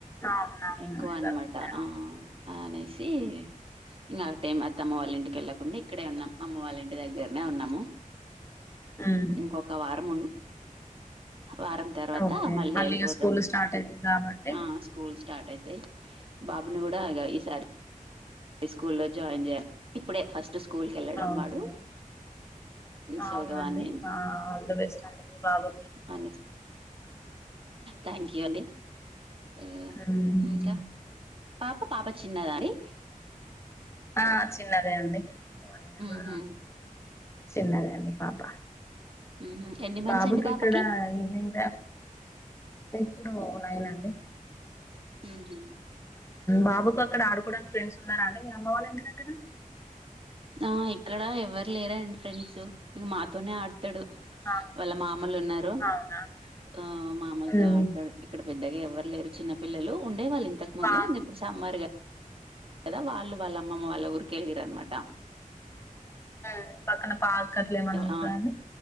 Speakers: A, on the left; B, on the right.
A: అవునవును
B: ఎక్కువ
A: అందరూ
B: అన్నమాట
A: ఉంటారు
B: ఆ అనేసి ఇంగ టైం అత్తమ్మ వాళ్ళంటికి వెళ్లకుకుండా ఇక్కడ ఉం అమ్మ వాళ్ళ ఇంటికి టి దగ్గరనే ఉన్నాము
A: ఉహు
B: ఇంకొక వారం వారం తర్వాత
A: ఓకే
B: మళ్ళీ యెళ్ళిపోతాం
A: ఇగ స్కూల్ స్టార్ట్ అయితాయి కాబట్టి
B: ఆ స్కూల్ స్టార్ట్ అయితాయి బాబును గూడ ఇగ ఈ సారి హై స్కూల్లో జాయిన్ జెయాలి ఇప్పుడే ఫస్ట్ స్కూల్ క వెళ్ళడం
A: ఓకే
B: వాడు
A: ఓకే అవునండి
B: సోగవాన్ని
A: ఆ ఆల్ ద బెస్ట్ అండి మీ బాబుకి
B: అనిస్ థ్యాంక్ యూ అండి ఆ
A: ఉమ్
B: ఇంకా పాప పాప చిన్నదాని
A: ఆ చిన్న దే అండి ఇంకా వన్ ఇయర్
B: ఊహు
A: కూడా చిన్నదే అండి పాప
B: ఊహు ఎన్ని మన్త్స్
A: బాబుకి
B: అండి పాపకి
A: ఇక్కడ ఈవినింగ్ టైం ఇప్పుడు నయినండి
B: ఊహు
A: బాబుకు అక్కడ ఆడుకోవడానికి ఫ్రెండ్స్ ఉన్నారా అండి మీ అమ్మ వాళ్ళ ఎంటి దగ్గర
B: ఆ ఇక్కడ ఎవ్వరు లేరండి ఫ్రెండ్స్ మాతోనే ఆడుత తడు
A: అవును
B: వాళ్ళ మామలున్నారు
A: అవునా
B: ఆ మామలుతో
A: ఉమ్
B: ఆడతాడు ఇక్కడ పెద్దగా ఎవ వరు లేరు చిన్న పిల్లలు ఉన్ <inaudible> వాళ్ళింతకు ముందు
A: పార్క్
B: ఇప్పుడు సామ్మర్గా కదా వాళ్ళు వాళ్ళమ్మమ్మ వాళ్ళ ఊరికెళ్ళిరనమా ట
A: మ్ పక్కన పార్క్ అట్లేమన్నా ఉంటదాండి
B: ఆ